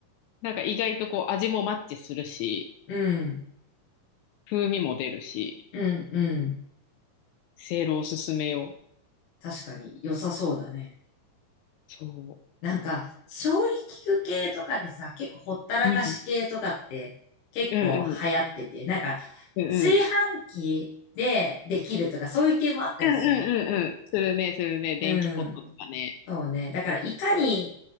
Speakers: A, on the left (about 80°); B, on the left (about 65°).
A: なんか意外とこう味もマッチするし、
B: うん、
A: 風味も出るし、
B: うん、うん。
A: せいろおすすめよ。
B: 確かに良さそうだね。
A: そ
B: なんか、調理器具系とかでさ、結構ほったらかし系とかって結構流行ってて、
A: う。うん。うんうん。
B: なんか、
A: うんうん。
B: 炊飯器でできるとかそういう系もあったりする。
A: うんうんうんうん。するね、するね。電気ポットとかね。
B: うん。そうね。だから、いかに